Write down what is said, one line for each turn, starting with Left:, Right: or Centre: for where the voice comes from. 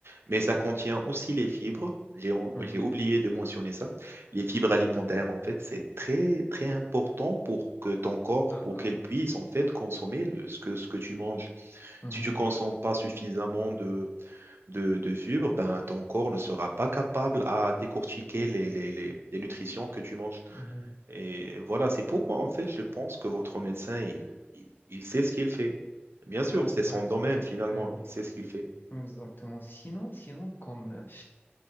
Right: Mais ça contient aussi les fibres. J'ai,
Left: Mhm.
Right: j'ai oublié de mentionner ça. Les fibres alimentaires, en fait, c'est très, très important pour que ton corps,
Left: D'accord.
Right: pour qu'il puisse, en fait, consommer le, ce que, ce que tu manges.
Left: Mhm.
Right: Si tu consommes pas suffisamment de, de suivre, ben, ton corps ne sera pas capable à décortiquer les, les, les, les nutritions que tu manges.
Left: Mhm.
Right: Et voilà, c'est pourquoi en fait je pense que votre médecin, il, il, il sait ce qu'il fait. Bien sûr,
Left: Ouais,
Right: c'est son
Left: ouais,
Right: domaine
Left: ouais,
Right: finalement,
Left: ouais.
Right: il sait ce qu'il fait.
Left: Exactement. Sinon, sinon, comme, euh,